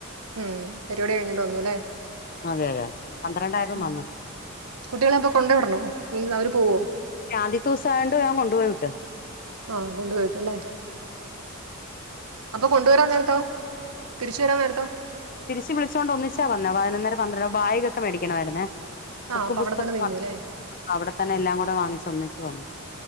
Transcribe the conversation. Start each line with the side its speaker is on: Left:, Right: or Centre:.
Right: ഉം പരിപാടി കഴിഞ്ഞിട്ട് വന്നുല്ലേ
Left: അതെ അതെ അതെ പന്ത്രണ്ടായപ്പം
Right: ഉം
Left: വന്നു.
Right: കുട്ടികളെ അപ്പൊ കൊണ്ട് വിടണോ ഉം അവര് പോവോ.
Left: ആദ്യത്തെ ദിവസായോണ്ട് ഞൻ കൊണ്ടു പോയി വിട്ട്.
Right: ആഹ് കൊണ്ടു പോയി വിട്ട് അല്ലേ. അപ്പം കൊണ്ടുവരാൻ നേരത്തോ തിരിച്ച് വരാൻ നേരത്തോ.
Left: തിരിച്ച് വിളിച്ചോണ്ട് ഒന്നിച്ചാ വന്നെ പതിനൊന്നര പന്ത്രണ്ടര ബാഗ് ഒക്കെ മേടിക്കണമായിരുന്നേ. ബുക്കും
Right: ആഹ് അപ്പൊ
Left: പുസ്തക
Right: അവിടെ തന്നെ നിന്നുല്ലേ
Left: വാങ്ങി അ-അവിടെ തന്നെ എല്ലാം കൂടെ വാങ്ങിചൊന്നിച്ചു വന്നു